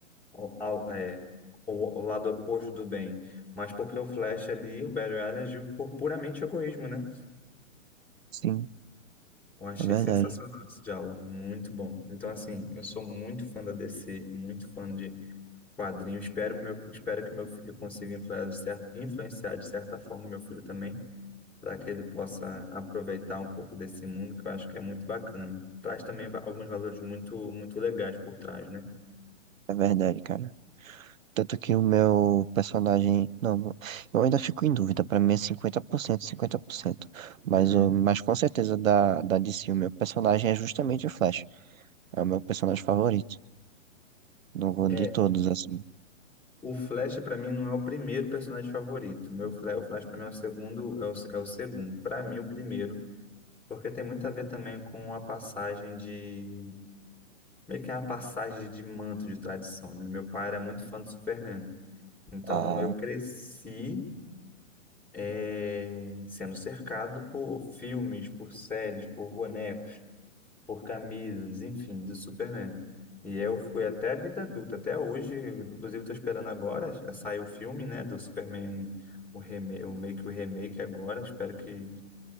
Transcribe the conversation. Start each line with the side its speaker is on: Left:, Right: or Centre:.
Centre: ao, ao- é, o, o lado oposto do bem, mas porque o Flash ali, o Barry Allen, agiu por puramente egoísmo, né?
Right: Sim,
Centre: Eu achei
Right: é verdade.
Centre: sensacional esse diálogo, muito bom. Então, assim, eu sou muito fã da DC, muito fã de quadrinhos. Espero, meu, espero que meu, fi- eu consiga influenciar, de cer- influenciar de certa forma meu filho também para que ele possa aproveitar um pouco desse mundo, que eu acho que é muito bacana. Traz também va- alguns valores muito, muito legais por trás, né?
Right: É verdade, cara. Tanto que o meu personagem. Não, eu ainda fico em dúvida. Pra mim é 50%, 50%. Mas,
Centre: Uhum.
Right: o, mas com certeza da, da DC, o meu personagem é justamente o Flash. É o meu personagem favorito. Do,
Centre: É,
Right: de todos, assim.
Centre: o Flash para mim não é o primeiro personagem favorito. Meu Flash, o Flash para mim é o segundo, é o, é o segundo. Para mim o primeiro, porque tem muito a ver também com a passagem de meio que é uma passagem de manto de tradição, né? Meu pai era muito fã do Superman. Então
Right: Ah,
Centre: eu cresci é, sendo cercado por filmes, por séries, por bonecos, por camisas, enfim, do Superman. E eu fui até a vida adulta, até hoje, inclusive estou esperando agora, eh, sai o filme, né, do Superman, o, reme o meio que o remake agora, espero que